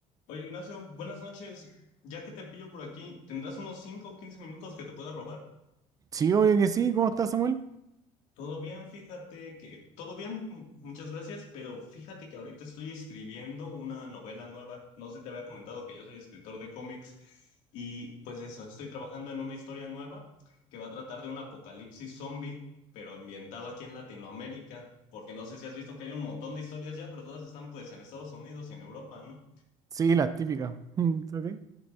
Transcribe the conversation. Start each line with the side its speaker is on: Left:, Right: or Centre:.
Left: Oye, Ignacio, buenas noches. Ya que te pillo por aquí, ¿tendrás unos 5 o 15 minutos que te pueda robar?
Right: Sí, obvio que sí. ¿Cómo estás, Samuel?
Left: Todo bien, fíjate que... Todo bien, m- muchas gracias, pero fíjate que ahorita estoy escribiendo una novela nueva. No sé si te había comentado que yo soy escritor de cómics y pues eso, estoy trabajando en una historia nueva que va a tratar de un apocalipsis zombie, pero ambientado aquí en Latinoamérica, porque no sé si has visto que hay un montón de historias ya, pero todas están pues en Estados Unidos y en Europa, ¿no?
Right: Sí, las típicas. <laughs> Mm, ok.